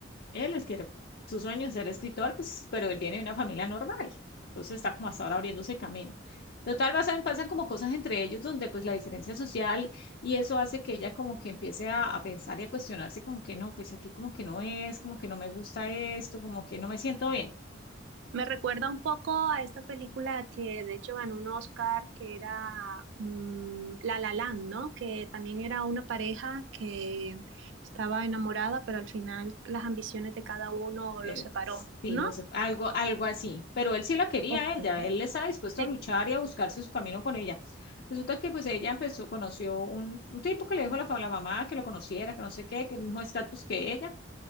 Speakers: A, on the left (about 55°); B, on the right (about 70°).
A: Él es que su sueño es ser escritor, pues, pero él viene de una familia normal. Entonces está como hasta ahora abriéndose camino. Total, pasan, pasan como cosas entre ellos donde pues la diferencia social y eso hace que ella como que empiece a, a pensar y a cuestionarse como que no, pues aquí como que no es, como que no me gusta esto, como que no me siento bien.
B: Me recuerda un poco a esta película que de hecho ganó un Oscar, que era mm, La La Land, ¿no? Que también era una pareja que estaba enamorada, pero al final las ambiciones de cada uno
A: Eh,
B: los separó,
A: sí,
B: ¿no?
A: lo sé, algo, algo así. Pero él sí la quería
B: Ok.
A: a ella, él estaba dispuesto
B: Sí,
A: a luchar y a buscarse su camino con ella. Resulta que pues ella empezó, conoció un, un tipo que le dijo a la, fa- a la mamá que lo conociera, que no sé qué, que el mismo estatus que ella.